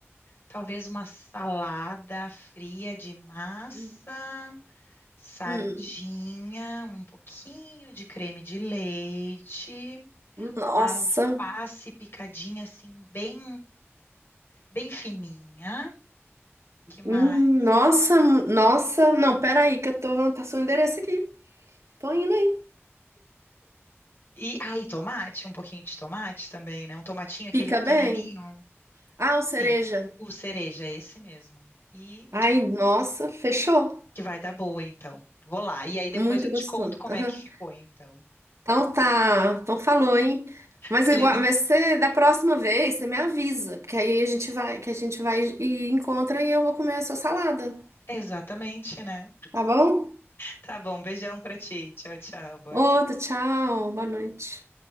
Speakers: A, on the left; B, on the right.
A: talvez uma salada fria de massa,
B: Hum,
A: sardinha,
B: hum,
A: um pouquinho de creme de leite,
B: nossa.
A: uma alface picadinha assim bem bem fininha. Que mais?
B: Hum, nossa, hum, nossa. Não, peraí, que eu tô vou anotar seu endereço aqui. Tô indo aí.
A: E aí, tomate, um pouquinho de tomate também, né? Um tomatinho, aquele
B: Fica
A: pequenininho.
B: bem. Ah, o cereja.
A: Sim, o cereja, é esse mesmo. E
B: Ai, nossa, fechou.
A: que vai dar boa, então. Vou lá. E aí depois
B: Muito
A: eu te
B: gostoso.
A: conto como
B: Aham.
A: é que ficou, então.
B: Então tá. Então falou, hein? Mas
A: Beleza?
B: igual, vai ser da próxima vez, você me avisa, porque aí a gente vai, que a gente vai e encontra e eu vou comer a sua salada,
A: Exatamente, né?
B: tá bom?
A: Tá bom, beijão pra ti. Tchau, tchau. Boa
B: Outro,
A: noite.
B: tchau, boa noite.